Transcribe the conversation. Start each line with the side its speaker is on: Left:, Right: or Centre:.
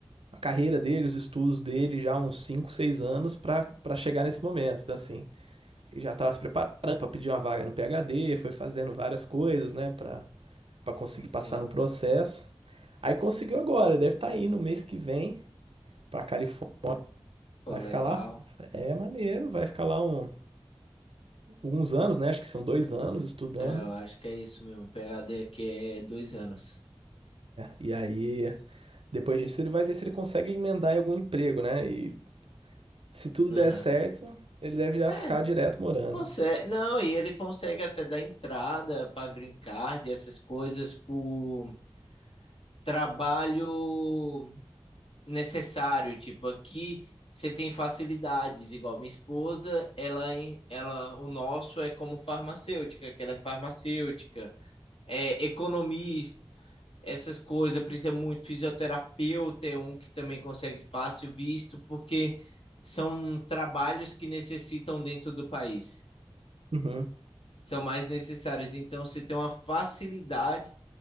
Right: a carreira dele, os estudos dele já há uns 5 6 anos para para chegar nesse momento. Então assim, ele já tava se preparando para pedir uma vaga no PhD, foi fazendo várias coisas, né, para para conseguir
Left: sim.
Right: passar no processo. Aí conseguiu agora, deve estar indo mês que vem para Califórnia.
Left: Pô,
Right: Vai
Left: legal.
Right: ficar lá, é maneiro, vai ficar lá um, alguns anos, né? Acho que são dois anos estudando.
Left: É, eu acho que é isso mesmo. PhD aqui é dois anos.
Right: E aí, depois disso, ele vai ver se ele consegue emendar em algum emprego, né? E se tudo der
Left: Aham.
Right: certo, ele deve já
Left: É,
Right: ficar direto morando.
Left: consegue. Não, e ele consegue até dar entrada para green card, essas coisas, por trabalho necessário. Tipo, aqui você tem facilidades, igual minha esposa, ela, em- ela, o nosso é como farmacêutica, que ela é farmacêutica. é, economista, essas coisas, precisa muito fisioterapeuta, é um que também consegue fácil visto, porque são trabalhos que necessitam dentro do país,
Right: Uhum.
Left: são mais necessários. Então, você tem uma facilidade